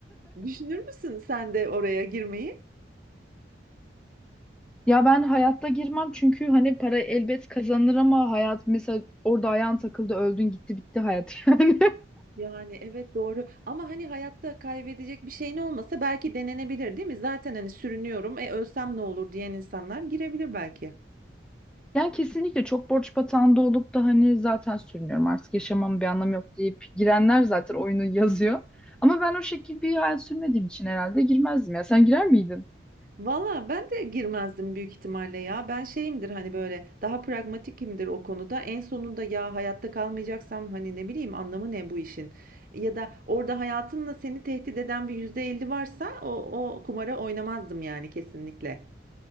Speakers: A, on the right; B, in the centre.
A: düşünür müsün sen de oraya girmeyi?
B: Ya ben hayatta girmem çünkü hani para elbet kazanır ama hayat mesela orada ayağın takıldı öldün gitti bitti hayat <laughs> yani.
A: Yani evet doğru ama hani hayatta kaybedecek bir şeyin olmasa belki denenebilir değil mi? Zaten hani sürünüyorum e ölsem ne olur diyen insanlar girebilir belki.
B: Yani kesinlikle çok borç batağında olup da hani zaten sürünüyorum artık yaşamamın bir anlamı yok deyip girenler zaten oyunu yazıyor. Ama ben o şekilde bir hayat sürmediğim için herhalde girmezdim ya. Sen girer miydin?
A: Valla ben de girmezdim büyük ihtimalle ya. Ben şeyimdir hani böyle daha pragmatikimdir o konuda. En sonunda ya hayatta kalmayacaksam hani ne bileyim anlamı ne bu işin? Ya da orada hayatınla seni tehdit eden bir %50 varsa o, o kumara oynamazdım yani kesinlikle.